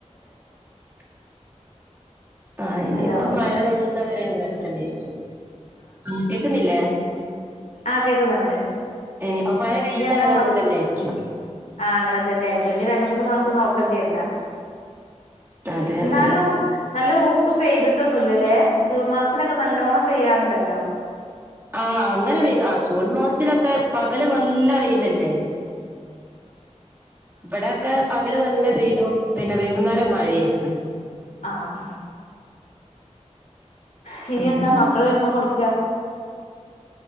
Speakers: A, on the right; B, on the left.
A: <unintelligible> ആഹ് ഇനിയിപ്പ
B: ഹലോ
A: മഴ കഴിയുന്ന വരെ അങ്ങനെയൊക്കെ തന്നെയായിരിക്കും. ആ കേക്കുന്നില്ലേ?
B: ആ കേക്കുന്നുണ്ട്.
A: ഇനിയിപ്പോ മഴ കഴിയുന്നവരെ
B: ഇഞ്ഞി എന്നാ മക്
A: അങ്ങനെ തന്നെ ആയിരിക്കും
B: ആങ്ങനെ തന്നെയായിര്ക്കും. ഇനി രണ്ട് മൂന്ന് മാസം നോ ക്കണ്ട്യര്ലാ
A: അത് തന്നെ
B: എന്നാലും നല്ല ഊക്ക് പെയ്തിട്ടൊന്നുംല്ലല്ലേ? ജൂൺ മാസത്തിലൊക്കെ നല്ലോണ്ണം പെയ്യാറുണ്ടല്ലോ?
A: ആ അങ്ങനെ വെ ആ ജൂൺ മാസ്ത്തിലൊക്കെ പകല് നല്ല വെയിലല്ലേ. ഇവിടെൊക്കെ പകല് നല്ല വെയിലും പിന്നെ വൈകുന്നേരം മഴയായിരിക്കും
B: ആഹ ഹിയ്യ്
A: അങ്ങനെ
B: എന്താ മക്കള് വരുമ്പോ കൊടുക്കാ?